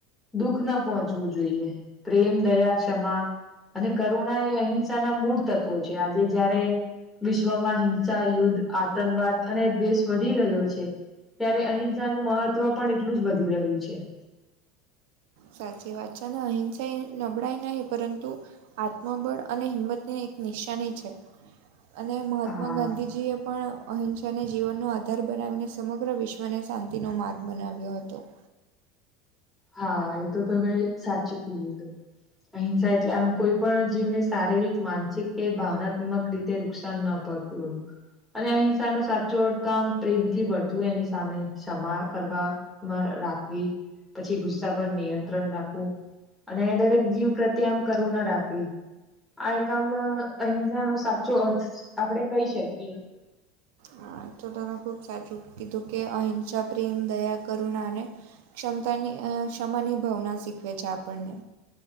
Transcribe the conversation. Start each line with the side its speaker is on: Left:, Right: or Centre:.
Centre: દુઃખ ન પહોંચવું જોઈએ પ્રેમ, દયા, ક્ષમા અને કર તૃણાએ અહિંસા ના મૂળ તત્વો છે, આજે જયારે વિશ્વમાં હિંસા, યુદ્ધ આતંકવાદ અને દ્વેષ વધી રહ્યો છે, ત્યારે અહિંસાનું મહત્વ પણ એટલું જ વધી રહ્યું છે.
Right: સાચી વાત છે, ન અહિંસા નબળાઈ નહી પરંતુ આત્મબળ અને હિંમતની એક નિશાની છે. અને મહાત્મા
Centre: હા
Right: ગાંધીજીએ પણ અહિંસાને જીવનનો આધાર બનાવીને સમગ્ર વિશ્વને શાંતિનો માર્ગ બનાવ્યો હતો.
Centre: હા એતો તમે સાચું કીધુ તુ અહિંસા એટલે આમ કોઈ પણ જીવને શારીરિક, માનસિક કે ભાવનાત્મક રીતે નુકસાન ન પ <unintelligible> અને અહીંસા નો સાચોનો તમ પ્રેમથી વળતું હોય એની સામે ક્ષમા કરવામાં રાખવી પછી ગુસ્સા પર નિયંત્રણ રાખવું અને દરેક જીવ પ્રત્ય આમ કરુણા રાખવી આ એકામ અહિંસા નો સાચો અર્થ આપડે કહી શકીએ
Right: હા તો તમે ખુબ સાચું કીધું કે અહિંસા પ્રેમ દયા કરુણા અને ક્ષમતાની અ ક્ષમાની ભવના શીખવે છે આપણને